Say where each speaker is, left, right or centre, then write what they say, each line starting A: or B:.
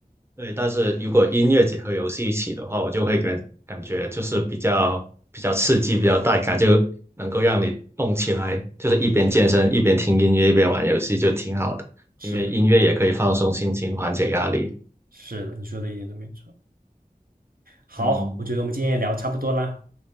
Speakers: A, on the right; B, on the right.
A: 对，但是如果音乐结合游戏一起的话，我就会感感觉就是比较比较刺激，比较带感，就能够让你动起来，就是一边健身一边听音乐一边玩游戏，就挺好的。
B: 是的，
A: 因为音乐也可以放松心情，缓解压力。
B: 是的，你说的一点都没错。好，
A: 嗯，
B: 我觉得我们今天也聊差不多啦。